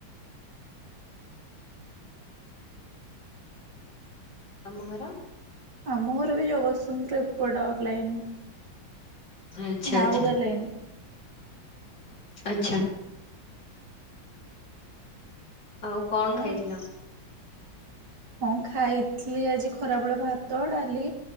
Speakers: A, on the left; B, on the right.
A: ତମ ଘର?
B: ଆମ ଘର ବି ଜଗତସିଂପୁର ଏପଟ ଲାଇନ।
A: ଆଚ୍ଛା
B: ନାଉଗା
A: ଆଚ୍ଛା
B: ଲାଇନ୍।
A: ଆଚ୍ଛା। ଆଉ କଣ
B: ହଁ
A: ଖାଇଥିଲ?
B: ହଁ ଖାଇଥିଲି ଆଜି ଖରାବେଳେ ଭାତ, ଡାଲି